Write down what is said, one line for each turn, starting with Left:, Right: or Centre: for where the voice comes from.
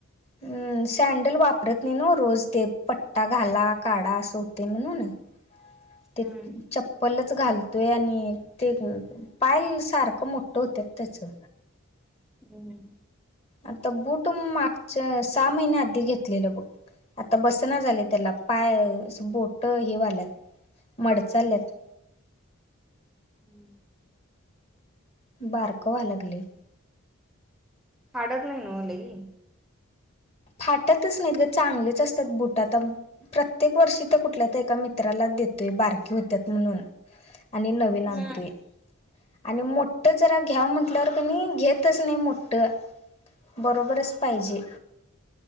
Left: हम्म सँडल वापरत नाही न रोज ते, पट्टा घाला काढा असं होतय म्हणून. ते,
Centre: हम्म
Left: चप्पल च घालतोय आणि ते पाय सारखं मोठं होत्यात त्याचं.
Centre: हम्म.
Left: आता बूट मागच्या, सहा महिन्या आधी घेतलेलं बक. आता बसना झालय त्याला पाय बोट हे वाल्यात, मडचालल्यात.
Centre: हम्म.
Left: बारक वाय लागलय.
Centre: फाडत नाही नव लई.
Left: फाटतच नाहीत ग चांगलेच असतात बुट आता प्रत्येक वर्षी त्यो कुठल्या तर एका मित्राला देतोय बारकी होत्यात म्हणून. आणि नवीन आणतोय.
Centre: हम्म
Left: आणि मोठ जरा घ्याव म्हंटल्यावर कणी घेतच नाही मोठ. बरोबरच पाहिजे.